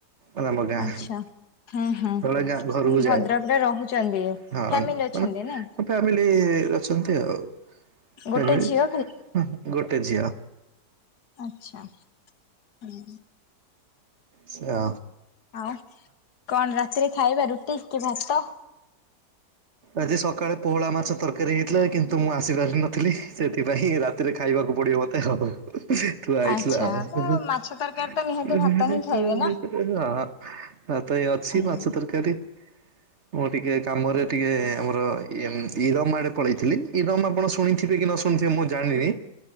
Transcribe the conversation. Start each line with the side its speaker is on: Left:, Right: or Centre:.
Right: ଆଲା ମୋ ଗାଁ।
Left: ଆଛା ହୁଁ ହୁଁ
Right: ଗଲେ ଆଗିଆଁ ଘରୁକୁ
Left: ଭଦ୍ରକରେ
Right: ଯାଏ
Left: ରହୁଛନ୍ତି।
Right: ହଁ
Left: ଫ୍ୟାମିଲି
Right: ମାନେ
Left: ଅଛନ୍ତି ନାଇଁ
Right: ଫ୍ୟାମିଲି ଇଏ ଅଛନ୍ତି ଆଉ
Left: ଗୋଟେ
Right: ଏବେ
Left: ଝିଅ
Right: ଅଁ ଗୋଟେ ଝିଅ।
Left: ଆଚ୍ଛା ହୁଁ।
Right: ଚା
Left: ଆଉ କଣ ରାତିରେ ଖାଇବା ରୁଟି କି ଭାତ?
Right: ଆଜି ସକାଳେ ପୋହଳା ମାଛ ତରକାରୀ ହେଇଥିଲା କିନ୍ତୁ ମୁଁ ଆସି ପାରିନଥିଲି ସେଥିପାଇଁ ରାତିରେ ଖାଇବା ଉ ପଡ଼ିବ ମତେ ହଅ। ତୁ ଆଇଥିଲ
Left: ଆଚ୍ଛା
Right: ଉଁ
Left: ତ ମାଛ ତରକାରୀ ତ ନିହାତି ଭାତ
Right: ସେଇ
Left: ହିଁ ଖାଇବେ ନା?
Right: ନିତି ବୁଲ। ଆଉ ତ ଏ ଅଛି
Left: ହୁଁ
Right: ମାଛ ତରକାରୀ। ମୁଁ ଟିକେ କାମରେ ଟିକେ ଆମର ଇମ୍ ଇରମ୍ ଆଡ଼େ ପଳେଇଥିଲି ଇରମ ଆପଣ ଶୁ ଶୁଣିଥିବେ କି ନ ଶୁଣିଥିବେ ମୁଁ ଜାଣିନି